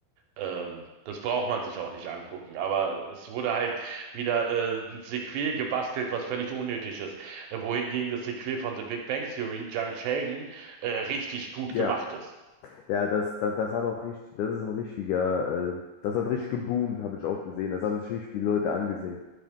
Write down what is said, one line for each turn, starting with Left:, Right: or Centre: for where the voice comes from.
Right: Ähm, das braucht man sich auch nicht angucken. Aber es wurde halt wieder äh, ein Sequel gebastelt, was völlig unnötig ist. Äh, wohingegen das Sequel von The Big Bang Theory, Young Sheldon, äh, richtig gut
Left: Ja,
Right: gemacht ist.
Left: ja, das, das, das hat auch richtig, das ist ein richtiger, äh, das hat richtig geboomt, habe ich auch gesehen. Das haben sich richtig viele Leute angesehen.